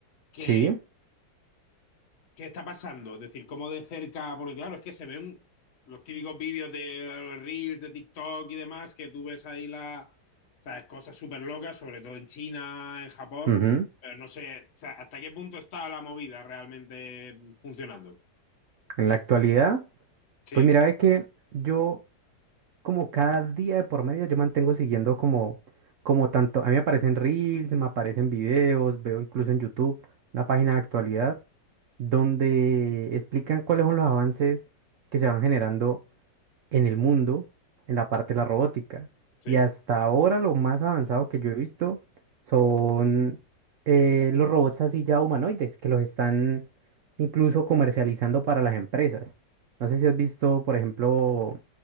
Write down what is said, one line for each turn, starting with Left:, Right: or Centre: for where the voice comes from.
Left: que
Right: sí,
Left: ¿Qué está pasando? Es decir, cómo de cerca, porque claro, es que se ven los típicos vídeos de Reels, de TikTok y demás, que tú ves ahí las ¿sabes?, cosas súper locas, sobre todo en China, en Japón,
Right: ujú.
Left: pero no sé, o sea, hasta qué punto está la movida realmente funcionando.
Right: En la actualidad,
Left: Sí,
Right: pues mira, ve que yo como cada día de por medio yo mantengo siguiendo como, como tanto, a mí me aparecen reels, me aparecen videos, veo incluso en YouTube una página de actualidad donde explican cuáles son los avances que se van generando en el mundo en la parte de la robótica.
Left: sí,
Right: Y hasta ahora lo más avanzado que yo he visto son eh, los robots así ya humanoides, que los están incluso comercializando para las empresas. No sé si has visto, por ejemplo,